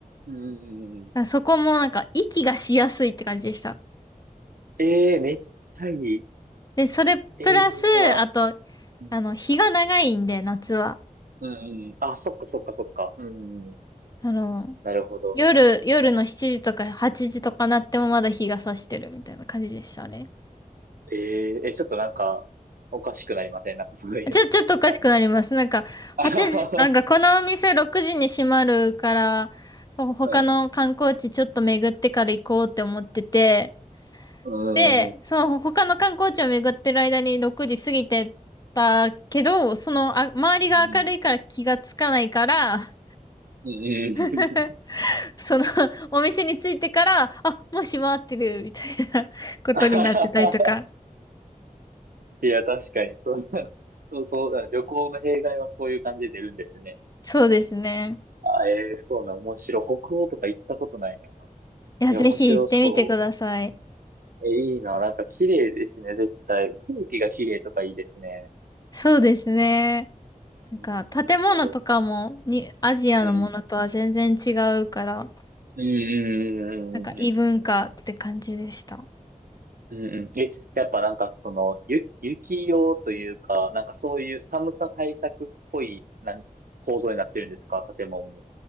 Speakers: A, on the right; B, on the left.
A: うんうんうん。
B: あそこもなんか息がしやすいって感じでした。
A: えー、めっちゃいい。
B: で、それプラス、
A: えー、いいな。
B: あと、
A: うん、
B: あの、日が長いんで、夏は。
A: うんうん。あ、そっかそっかそっか。うん、うんうん。
B: あの、
A: なるほど。
B: 夜、夜の7時とか8時とかなってもまだ日が差してるみたいな感じでしたね。
A: えー、え、ちょっとなんか、おかしくなりませんなんかそういうの。
B: ちょ、ちょっとおかしくなります。
A: あ、
B: なんか、8時、
A: あ、はは
B: なんかこのお店6時に閉まるから、他の観光地ちょっと巡ってから行こうって思ってて、
A: ははうん、
B: で、
A: <laughs> うん、うん、
B: その他の観光地を巡ってる間に6時過ぎてたけど、そのあ、周りが明るいから気がつかないから、
A: うん、うん。うんうんう
B: <laughs> そのお店に着いてから、あ、もう閉まってるみたいな <laughs> ことになってたりとか。
A: ん <laughs> いや、確かに、そう、<laughs> そう、そう、旅行の弊害はそういう感じで出るんですね。
B: そうですね。
A: あ、えーそうな、面白い。北欧とか行ったことないな。い
B: いや、
A: や、
B: ぜひ行ってみてください。
A: 面白そう。え、いいな、なんか綺麗ですね、絶対。空気が綺麗とかいいですね。
B: そうですね。なんか建物とかもにアジアのものとは全然違うから、
A: うん、なるほど。うん。うんうんうんうんうんうんう
B: なんか異文化って感じでした。
A: んうんうん。え、やっぱなんかその、ゆ、雪用というか、なんかそういう寒さ対策っぽい、なん、構造になってるんですか、建物も。